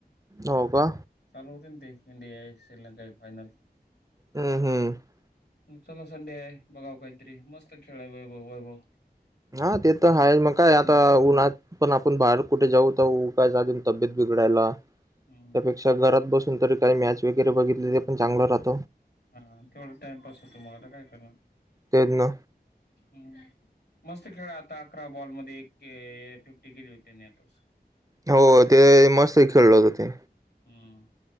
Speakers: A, on the right; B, on the left.
A: हो का
B: चालू होते ना ते इंडिया श्रीलंका फायनल
A: हम्म हम्म
B: चला संडे आहे, बघावं काही तरी मस्तं खेळलाय वैभव वैभव
A: हा ते तर आहेा मग काय आता
B: हम्म
A: उन्हात पण आपण बाहेर कुठे जाऊ तर तब्येत बिघडायला
B: हम्म
A: त्यापेक्षा घरात बसून तरी काही मॅच वगैरे बघितले ते पण चांगलं राह
B: हा तेथवडा टाइमपास होतो मला आता काय करणार
A: तेच ना
B: हम्म मस्त खेळ आता अकरा बॉलमध्येध्ये एक फिफ्टी केली होतीनी आताच
A: हो ते मस्त खेळलं होत ते
B: हम्म